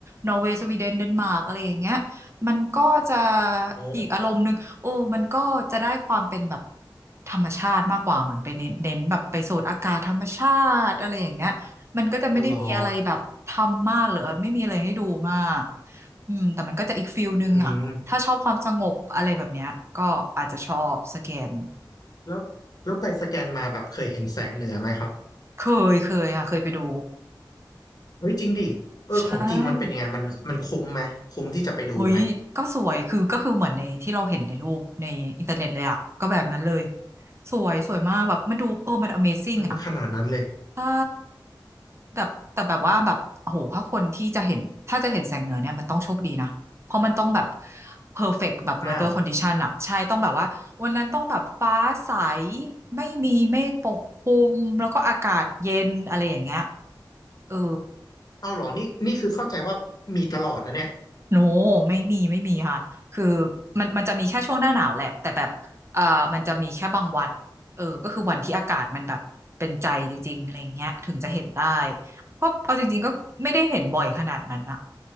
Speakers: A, on the right; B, on the left.
A: นอร์เวย์สวีเดนเดนมาร์กอะไรอย่างเงี้ยมันก็จะ
B: โอ้
A: อีกอารมณ์หนึ่งโอ้มันก็จะได้ความเป็นแบบธรรมชาติมากกว่าเหมือนไปเน้นเน้นแบบไปสูดอากาศธรรมชาติอะไรอย่างเงี้ย มันก็จะไม่ได้มีอะไรแบบทำมากหรือไม่มีอะไรให้ดูมาก
B: อ๋อเหรอ
A: อืมแต่มันก็จะอีกฟิลนึงอ่ะถ้าชอบความสงบอะไรแบบเนี้ยก็อาจจะชอบสแกน
B: อืมแล้วแล้วไปสแกนมาแบบเคยเห็นแสงเหนือไหมครับ
A: เคยเคยค่ะเคยไปดู
B: เฮ้ยจริงดิเออของจริงมันเป็นยังไงมันมันคุ้มไหมคุ้มที่จะไปดูไหม
A: ใช่โอ้ยก็สวยคือก็คือเหมือนในที่เราเห็นในรูปในอินเทอร์เน็ตเลยอ่ะก็แบบนั้นเลยสวยสวยมากแบบมันดูเออมัน Amazing
B: เฮ้ยมันขนาดนั้นเลย
A: อ่ะ ใช่แต่แต่แบบว่าแบบโอ้โหถ้าคนที่จะเห็น ถ้าจะเห็นแสงเหนือเนี่ยมันต้องโชคดีนะ เพราะมันต้องแบบเพอร์เฟกต์แบบ
B: อ้าว
A: weather condition อะใช่ต้องแบบว่าวันนั้นต้องแบบ ฟ้าใส ไม่มีเมฆปกคลุม แล้วก็อากาศเย็นอะไรอย่างเงี้ยเออ
B: เอ้าเหรอนี่นี่คือเข้าใจว่ามีตลอดนะเนี่ย
A: โนไม่มีไม่มีค่ะคือมันมันจะมีแค่ช่วงหน้าหนาวแหละแต่แบบเอ่อมันจะมีแค่บางวันเออก็คือวันที่อากาศมันแบบเป็นใจจริงๆอะไรอย่างเงี้ยถึงจะเห็นได้ก็เอาจริงๆก็ไม่ได้เห็นบ่อยขนาดนั้นนะ